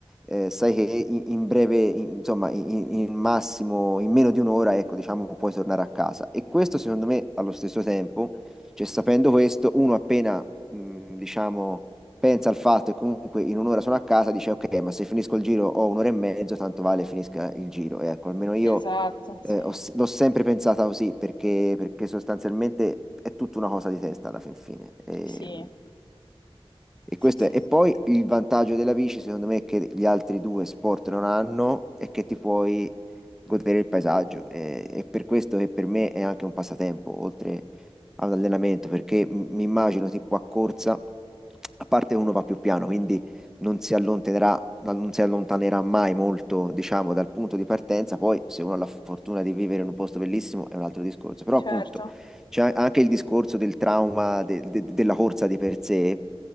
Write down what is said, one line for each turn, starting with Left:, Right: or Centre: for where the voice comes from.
Centre: eh, sai che in, in breve, in- insomma, in, in- in massimo, in meno di un'ora, ecco, diciamo, puoi tornare a casa. E questo, secondo me, allo stesso tempo, cioè sapendo questo, uno appena, mh, diciamo pensa al fatto che comunque in un'ora sono a casa, dice ok, ma se finisco il giro ho un'ora e mezzo, tanto vale finisca il giro. E ecco, almeno io
Left: esatto,
Centre: eh,
Left: sì,
Centre: ho s- l'ho sempre pensata così perché, perché sostanzialmente è tutta una cosa di testa alla fin fine. E,
Left: sì,
Centre: e
Left: sì,
Centre: questo
Left: sì,
Centre: è. E
Left: sì,
Centre: poi il vantaggio della bici, secondo me, che gli altri due sport non hanno è che ti puoi godere il paesaggio. E, e per questo che per me è anche un passatempo, oltre a un allenamento, perché m- mi immagino tipo a corsa, a parte uno va più piano, quindi non si allontanerà ma non si allontanerà mai molto, diciamo, dal punto di partenza. Poi, se uno ha la fortuna di vivere in un posto bellissimo, è un altro discorso. Però,
Left: certo,
Centre: appunto, c'è anche il discorso del trauma de- de- della corsa di per sé.